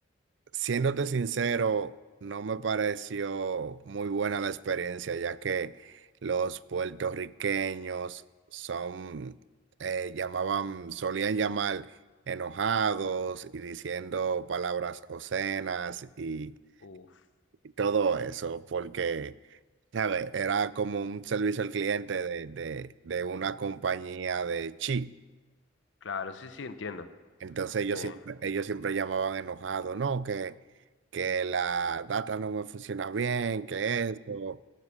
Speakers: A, on the right; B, on the left.
A: Siéndote sincero, no me pareció muy buena la experiencia, ya que los puertorriqueños son, eh, llamaban, solían llamar enojados y diciendo palabras obscenas y,
B: Uf,
A: y todo eso, porque, ¿sabes? Era como un servicio al cliente de, de, de una compañía de chi.
B: claro, sí, sí, entiendo.
A: Entonces ellos
B: Eh,
A: siempre, ellos siempre llamaban enojados, no, que, que la data no me funciona bien, que esto,